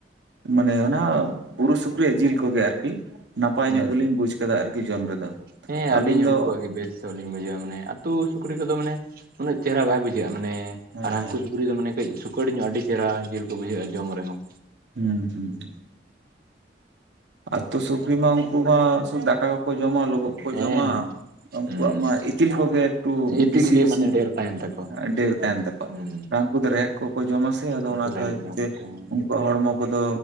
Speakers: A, on the right; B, on the right.
A: ᱢᱟᱱᱮ ᱚᱱᱟ ᱵᱩᱨᱩ ᱥᱩᱠᱨᱤᱭᱟᱜ ᱡᱤᱞ ᱠᱚᱜᱮ ᱟᱨᱠᱤ ᱱᱟᱯᱟᱭ
B: ᱦᱩᱸ
A: ᱧᱚᱜ ᱜᱮᱞᱤᱧ ᱵᱩᱡ ᱠᱟᱫᱟ ᱟᱨᱠᱤ ᱡᱚᱢ ᱨᱮᱫᱚ᱾
B: ᱦᱮᱸ
A: ᱛᱚ
B: ᱟᱹᱞᱤᱧ
A: ᱟᱹᱵᱤᱱ
B: ᱦᱚᱸ
A: ᱫᱚ
B: ᱩᱱᱠᱩᱣᱟᱜ ᱜᱮ ᱵᱮᱧᱚᱜ ᱞᱤᱧ ᱵᱩᱡᱷᱟᱹᱣᱟ ᱢᱟᱱᱮ ᱟᱹᱛᱩ ᱥᱩᱠᱨᱤ ᱠᱚᱫᱚ ᱢᱟᱱᱮ ᱩᱱᱟᱹᱜ ᱪᱮᱨᱦᱟ ᱵᱟᱭ ᱵᱩᱡᱷᱟᱹᱜᱼᱟ ᱢᱟᱱᱮ
A: ᱦᱮᱸ
B: ᱟᱨ ᱦᱟᱹᱝᱠᱩ
A: ᱦᱮᱸ
B: ᱪᱩᱠᱨᱤ ᱫᱚ ᱢᱟᱱᱮ ᱠᱟᱹᱴᱤᱡ ᱥᱩᱠᱟᱹᱲ ᱧᱚᱜ ᱟᱹᱰᱤ ᱪᱮᱨᱦᱟ ᱡᱤᱞ ᱠᱚ ᱵᱩᱡᱷᱟᱹᱜᱼᱟ ᱡᱚᱢ ᱨᱮᱦᱚᱸ᱾
A: ᱦᱩᱸ ᱦᱩᱸ ᱦᱩᱸ᱾ ᱟᱛᱳ ᱥᱩᱠᱨᱤ ᱢᱟ ᱩᱱᱠᱩ ᱢᱟ ᱥᱩᱫᱩ ᱫᱟᱠᱟ ᱠᱚᱠᱚ ᱡᱚᱢᱟ ᱞᱳᱵᱳᱜ ᱠᱚᱠᱚ
B: ᱦᱮᱸ
A: ᱡᱚᱢᱟ᱾
B: ᱦᱮᱸ
A: ᱩᱱᱠᱩᱣᱟᱜ
B: ᱦᱩᱸ
A: ᱢᱟ ᱤᱛᱤᱞ ᱠᱚᱜᱮ ᱮᱠᱴᱩ
B: ᱤᱛᱤᱞ
A: ᱵᱤᱥᱤ-ᱵᱤᱥᱤ
B: ᱜᱮ ᱢᱟᱱᱮ
A: ᱧᱚᱜ
B: ᱰᱷᱮᱨ ᱛᱟᱦᱮᱱ ᱛᱟᱠᱚᱣᱟ
A: ᱰᱷᱮᱨ ᱛᱟᱦᱮᱸᱱ ᱛᱟᱠᱚᱣᱟ
B: ᱦᱩᱸ
A: ᱩᱱᱠᱩ ᱫᱚ ᱨᱮᱦᱮᱫ ᱠᱚᱠᱚ ᱡᱚᱢᱟ ᱥᱮ ᱟᱫᱚ
B: ᱩᱱᱠᱩ
A: ᱚᱱᱟ
B: ᱨᱮᱦᱮᱫ
A: ᱛᱟ ᱛᱮ
B: ᱡᱚᱢ
A: ᱥᱮ
B: ᱠᱚᱛᱮ ᱦᱮᱸ
A: ᱩᱝ ᱠᱩᱣᱟᱜ ᱦᱚᱲᱢᱚ ᱠᱚᱫᱚ